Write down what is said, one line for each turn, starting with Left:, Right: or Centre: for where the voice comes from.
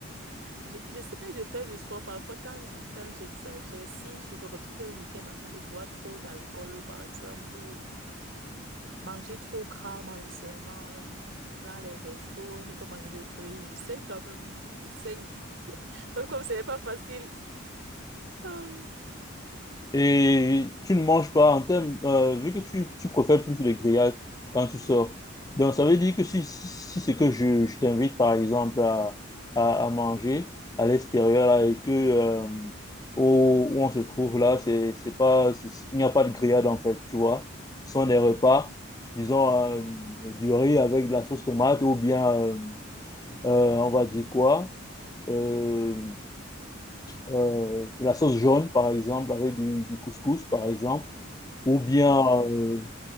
Right: J'- J'essaie de faire du sport parfois quand je, quand j'exagère. Si je me retrouve un week-end en train de boire trop d'alcool, par exemple, ou pff, manger trop gras, manger seulement dans les restos, ne pas manger de fruits, j'essaie quand même. J'essaie. Même comme ce n'est pas facile. Aïe.
Left: Et tu ne manges pas en termes, euh, vu que tu, tu préfères plus les grillades quand tu sors. Donc, ça veut dire que si, si, si c'est que je, je t'invite, par exemple, à, à, à manger à l'extérieur là, et que euh, où, où on se trouve là, c'est, c'est pas, c'est- il n'y a pas de grillade en fait, tu vois. Ce sont des repas, disons, euh,
Right: Mhm,
Left: du riz avec de la sauce tomate ou bien, euh, euh, on va dire quoi? euh, euh, de la sauce jaune, par exemple, avec du, du couscous, par exemple, ou bien
Right: mhm,
Left: euh,